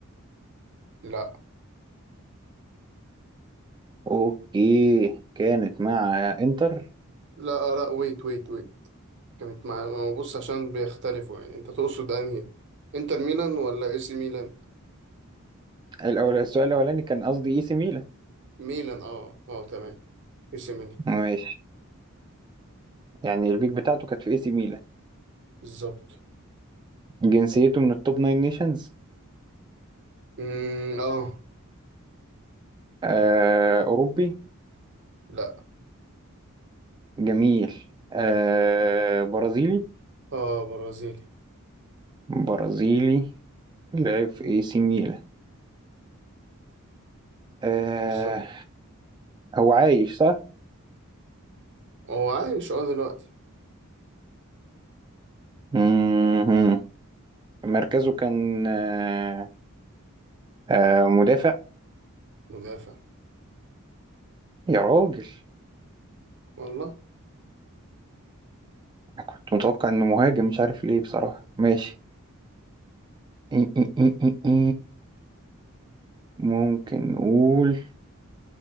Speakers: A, on the right; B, on the right.
A: لا
B: اوكي كانت مع انتر
A: لا لا ويت ويت ويت كانت مع ما بص عشان بيختلفوا يعني انت تقصد انهي انتر ميلان ولا اي سي ميلان
B: الاول السؤال الاولاني كان قصدي اي سي ميلان
A: ميلان اه اه تمام اي سي ميلان
B: ماشي يعني البيك بتاعته كانت في اي سي ميلان
A: بالظبط
B: جنسيته من التوب ناين نيشنز
A: امم اه
B: آه أوروبي
A: لا
B: جميل آه برازيلي
A: اه برازيلي
B: برازيلي لعب في اي سي ميلان آه
A: بالظبط
B: هو عايش صح؟
A: هو عايش اه دلوقتي
B: مهم. مركزه كان آه آه مدافع
A: مدافع
B: يا راجل
A: والله
B: أنا كنت متوقع انه مهاجم مش عارف ليه بصراحة ماشي إي- إي- إي- إي- إي. ممكن نقول